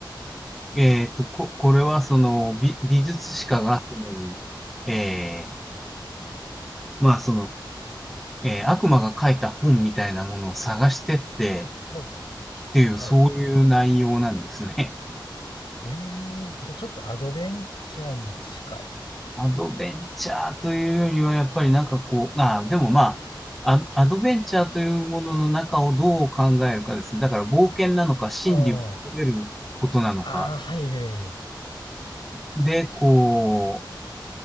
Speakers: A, in the centre; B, on the left.
A: えっと、こ、これは、その、美、美術史家が、
B: <laughs> はい。
A: その、えー、まあ、その、えー悪魔が書いた本みたいなものを探してって、
B: ほう
A: っていう、
B: はい。
A: そういう内容なんですね。
B: ええじゃあちょっとアドベンチャーに近い。
A: アドベンチャーというよりは、やっぱりなんかこう、あ、でもまあ、ア、アドベンチャーというものの中をどう考えるかですね。だから冒険なのか、真理を求めることなのか。
B: ああ、ああ、はい、はいはい。
A: で、こ